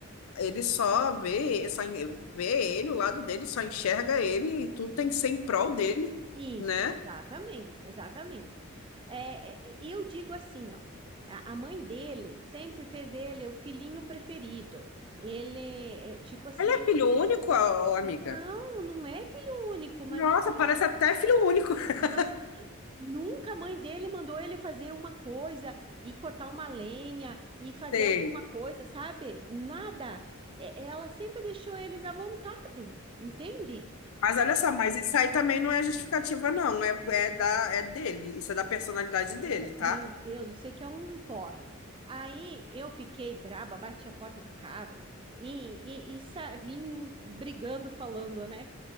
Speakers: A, on the left (about 80°); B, on the right (about 25°).
A: ele só vê, só en- vê ele, o lado dele, só enxerga ele e tudo tem que ser em prol dele,
B: Isso,
A: né?
B: exatamente, exatamente. É, é, eu digo assim, ó, a a mãe dele sempre fez ele o filhinho preferido. Ele, é, tipo assim,
A: Ele é filho único, ó, amiga?
B: não, não é filho único, mas
A: Nossa,
B: assim,
A: parece até filho único. <laughs>
B: mas assim, nunca a mãe dele mandou ele fazer uma coisa e cortar uma lenha e fazer
A: Sei.
B: alguma coisa, sabe? Nada. É, Ela sempre deixou eles à vontade, entende?
A: Mas olha só, mas isso aí também não é justificativa, não. É, é, da, é dele. Isso é da personalidade dele,
B: É,
A: tá?
B: meu Deus, eu sei que é um porre. Aí eu fiquei braba, bati a porta do carro e, e, e sa- vim brigando, falando, né?